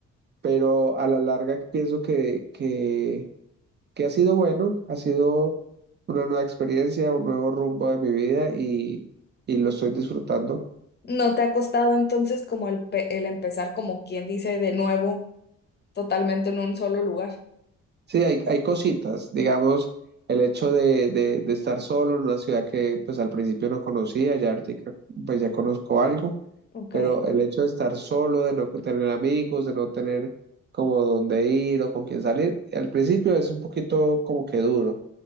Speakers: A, on the right; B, on the left.
A: pero a la larga pienso que, que, que ha sido bueno, ha sido una nueva experiencia, un nuevo rumbo de mi vida y, y lo estoy disfrutando.
B: ¿No te ha costado entonces como el, pe- el empezar, como quien dice, de nuevo, totalmente en un solo lugar?
A: Sí, hay, hay cositas, digamos, el hecho de, de, de estar solo en una ciudad que pues al principio no conocía, ya ahorita pues ya conozco algo,
B: Ok,
A: pero el hecho de estar solo, de no tener amigos, de no tener como dónde ir o con quién salir, al principio es un poquito como que duro,